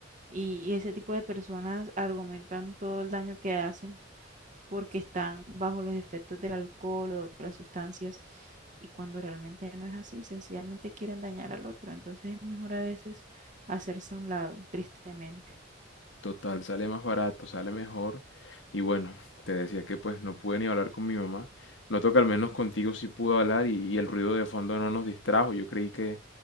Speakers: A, on the right; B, on the left.
A: Y, y ese tipo de personas argumentan todo el daño que hacen porque están bajo los efectos del alcohol o de otras sustancias. Y cuando realmente no es así, sencillamente quieren dañar al otro. Entonces es mejor a veces hacerse a un lado, tristemente.
B: Total, sale más barato, sale mejor. Y bueno, te decía que pues no pude ni hablar con mi mamá. Noto que al menos contigo sí pude hablar y, y el ruido de fondo no nos distrajo. Yo creí que,